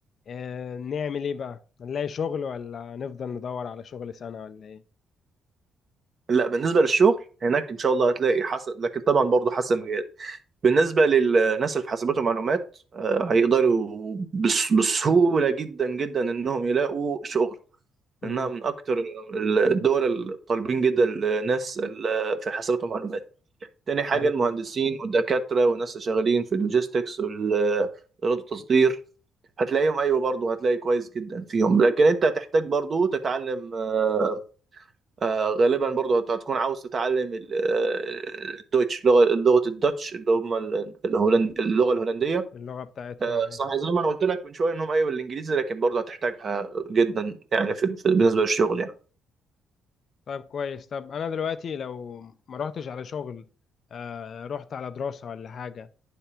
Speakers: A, on the left; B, on the right.
A: آه، نعمل إيه بقى نلاقي شغل ولا نفضل ندور على شغل سنة ولا إيه
B: لا بالنسبة للشغل هناك ان شاء الله هتلاقي حسب لكن طبعا برضه حسب المجال بالنسبة للناس اللي في حاسبات ومعلومات آه، هيقدروا بس- بسهولة جدا جدا إنهم يلاقوا شغل
A: مهم.
B: إنها من أكتر الدول الطالبين جدا الناس ال- في حاسبات ومعلومات تاني حاجة
A: حلو
B: المهندسين والدكاترة والناس اللي شغالين في اللوجيستكس والإدارة التصدير هتلاقيهم أيوة برضه هتلاقي كويس جدا فيهم لكن أنت هتحتاج برضه تتعلم آه، آه، غالبا برضو هت- هتكون عاوز تتعلم ال- آه، الدويتش لغة لغة الدوتش اللي هم ال- الهولند اللغة الهولندية
A: اللغة بتاعتهم
B: آه،
A: إيه
B: صح زي ما انا قلت لك من شوية انهم ايوه الانجليزي لكن برضو هتحتاجها جدا يعني في في- بالنسبة للشغل يعني
A: طيب كويس طب أنا دلوقتي لو ما روحتش على شغل آه، رحت على دراسة ولا حاجة